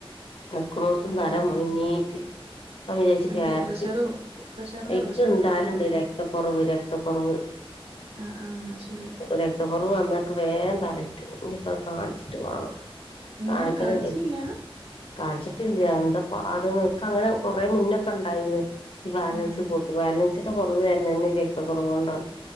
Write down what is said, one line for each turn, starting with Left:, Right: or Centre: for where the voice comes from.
Left: <unintelligible> നിക്കന്നോടട്ടും
Right: ആഹ്
Left: തല
Right: ആഹ്
Left: <unintelligible>
Right: എന്തേ പ്രഷർ പ്രഷറിന്റെ
Left: ഇക്ക്
Right: പ്രശ്നണ്ടോ
Left: ഇണ്ടാലുണ്ട്
Right: കൊറവോ
Left: രക്തക്കുറവ് രക്തക്കുറവ്.
Right: അ ആ ആഹ് ശരി.
Left: രക്തക്കുറവ് വന്നൊക്കെ വേഗം തല ചുറ്റും ഇനിയിപ്പം അത് കാണിച്ചിട്ട് വേണം കാണിക്കണം
Right: എന്നിട്ട് കാണിച്ചില്ല
Left: വി കാണിച്ചിട്ടില്ല എന്താ പാട നിക്ക് അങ്ങനെ കൊറേ മുന്നൊക്കെ ഉണ്ടായിന്ന് ഈ ബാലൻസ്
Right: ആഹ്
Left: പോ ബാലൻസിന്റെ കുറവ് വരുന്നതന്നെ രക്ത കുറവ് കൊണ്ടാണ്.